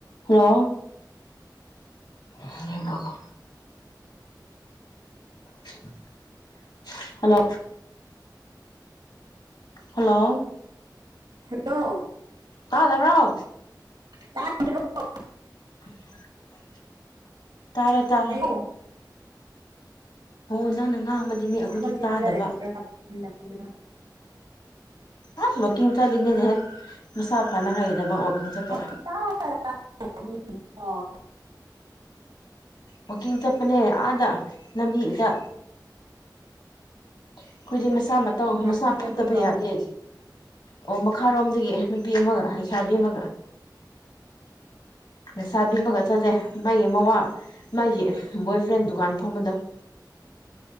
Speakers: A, on the left (about 70°); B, on the right (about 85°).
A: ꯍꯂꯣ ꯑꯗꯨ ꯃꯈꯈ <inaudible> ꯍꯜꯂꯣ ꯍꯜꯂꯣ
B: ꯅꯣ
A: ꯇꯥꯗꯕꯔꯣ
B: ꯇꯣ <inaudible>
A: <inaudible> ꯇꯔꯦ ꯇꯔꯦ
B: ꯀꯔꯤ
A: ꯍꯣ ꯅ ꯉꯥꯡꯕꯗꯤꯅꯦ ꯑꯩꯈꯣꯏꯗꯤ
B: ꯊꯕꯛ ꯆꯤꯜꯂ
A: ꯇꯥꯗꯕ
B: ꯂꯩꯕ꯭ꯔꯕ ꯀꯨꯝꯅꯕꯗ
A: ꯑꯁ ꯋꯥꯀꯤꯡ ꯆꯠꯂꯤꯅꯦꯍꯦ ꯁꯥ ꯐꯅꯉꯥꯏꯒꯤꯗꯃꯛ ꯋꯥꯛꯀꯤꯡ ꯆꯠꯄ
B: ꯁꯨꯛꯇꯥ ꯇꯥꯗ꯭ꯔꯅꯤꯀꯣ
A: ꯋꯥꯀꯤꯡ ꯆꯄꯅꯦ ꯑꯥꯗ ꯂꯝꯕꯤꯗ ꯑꯩꯈꯣꯏꯗꯤ ꯃꯁꯥ ꯃꯇꯧ
B: ꯀꯅꯥ
A: ꯃꯁꯥ ꯐꯠꯇꯕ
B: ꯆꯠꯄ꯭ꯔꯣ
A: ꯌꯥꯗꯦ ꯑꯣ ꯃꯈꯥꯔꯣꯝꯗꯒꯤ ꯅꯨꯄꯤ ꯑꯃꯒ ꯂꯩꯩꯁꯥꯕꯤ ꯑꯃꯒ ꯂꯩꯁꯥꯕꯤꯕꯒ ꯆꯠꯂꯦ ꯃꯥꯒꯤ ꯃꯋꯥ ꯃꯥꯒꯤ ꯕꯣꯏ ꯐ꯭ꯔꯦꯟ ꯗꯨꯀꯥꯟ ꯐꯝꯕꯗꯣ <inaudible>